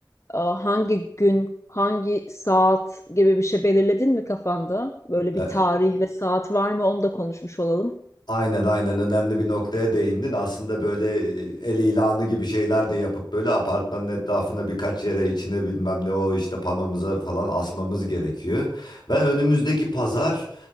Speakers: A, on the left; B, on the left.
A: e, hangi gün, hangi saat gibi bir şey belirledin mi kafanda? Böyle
B: E,
A: bir tarih ve saat var mı? Onu da konuşmuş olalım.
B: Aynen aynen önemli bir noktaya değindin. Aslında böyle e, el ilanı gibi şeyler de yapıp böyle apartmanın etrafına birkaç yere içine bilmem ne o işte panomuza falan asmamız gerekiyor. Ben önümüzdeki pazar